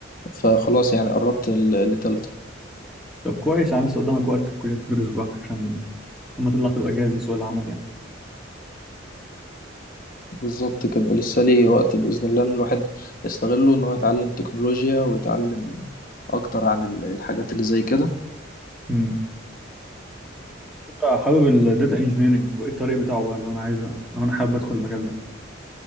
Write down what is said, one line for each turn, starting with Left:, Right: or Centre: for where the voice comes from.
Left: فخلاص يعني قربت ل- لتالتة
Centre: طب كويس يعني لسه قدامك وقت في الكلية تدرس براحتك عشان لما تطلع تبقى جاهز لسوق العمل يعني
Left: بالظبط كده لسه ليه وقت بإذن الله إن الواحد يستغله إن هو يتعلم تكنولوجيا ويتعلم أكتر عن ال- الحاجات اللي زي كده
Centre: امم أنت حابب الداتا انجينيرنج وايه الطريق بتاعه بقى لو انا عايز لو انا حابب ادخل المجال ده